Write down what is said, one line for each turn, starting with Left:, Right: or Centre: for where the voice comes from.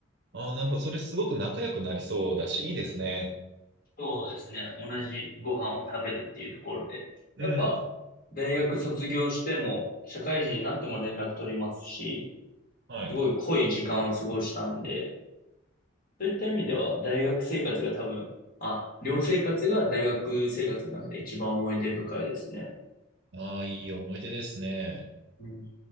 Right: ああ、なるほど。それすごく仲良くなりそうだし、いいですね。
Left: そうですね。同じご飯を食べるっていうところで。やっぱ大学卒業しても社会人になっても連絡取りますし、
Right: うん。はい。
Left: すごい濃い時間を過ごしたんで、そういった意味では大学生活が多分、あ、寮生活が大学生活の中で一番思い出深いですね。
Right: ああ、いい思い出ですね。
Left: うん